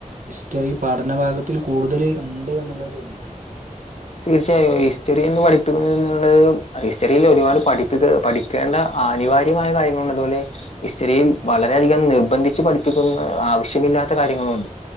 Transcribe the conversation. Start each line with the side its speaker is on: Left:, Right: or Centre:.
Right: ഹിസ്റ്ററി പഠനഭാഗത്തിൽ കൂടുതല് ഉണ്ട് എന്നുള്ളത് തോന്നിയിട്ടുണ്ടോ
Left: തീർച്ചയായും ഹിസ്റ്ററി എന്ന് പഠിപ്പിക്കുന്നള്ളത് ഹിസ്റ്ററിൽ ഒരുപാട് പഠിപ്പികൾ പഠി കേണ്ട ആനിവാര്യമായ കാര്യങ്ങള് ഉള്ളോല് ഹിസ്റ്ററിയിൽ വളരെയധികം നിർബന്ധിച്ച് പഠിപ്പിക്കുന്ന ആവശ്യമില്ലാത്ത കാര്യങ്ങളും ഉണ്ട്